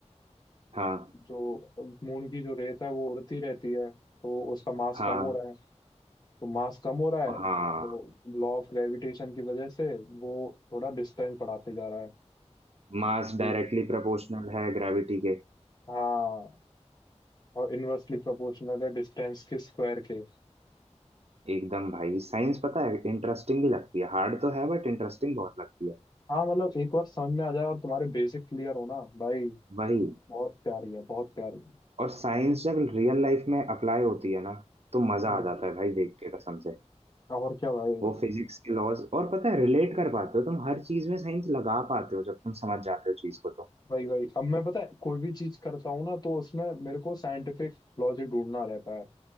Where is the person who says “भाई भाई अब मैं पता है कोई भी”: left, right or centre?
Left